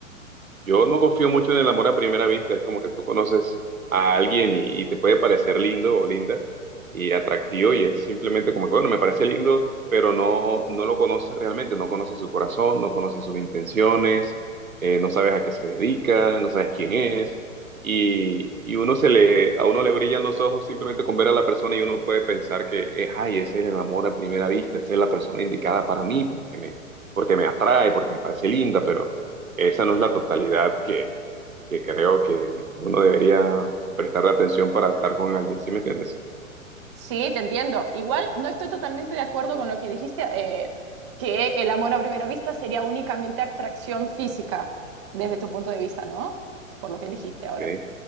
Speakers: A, on the right; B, on the right.
A: yo no confío mucho en el amor a primera vista, es como que tú conoces a alguien y, y te puede parecer lindo o linda y atractivo y es simplemente como que, bueno, me parece lindo, pero no, no lo conoces realmente, no conoces su corazón, no conoces sus intenciones, eh, no sabes a qué se dedica, no sabes quién es y, y uno se le, a uno le brillan los ojos simplemente con ver a la persona y uno puede pensar que, eh, ay, ese es el amor a primera vista, esa es la persona indicada para mí porque me, porque me atrae, porque me parece linda, pero esa no es la totalidad que, que creo que, que uno debería prestarle atención para estar con alguien, ¿sí me entiendes?
B: Sí, te entiendo. Igual no estoy totalmente de acuerdo con lo que dijiste, eh, que el amor a primera vista sería únicamente atracción física, desde tu punto de vista, ¿no? Por lo que dijiste ahora.
A: Ok.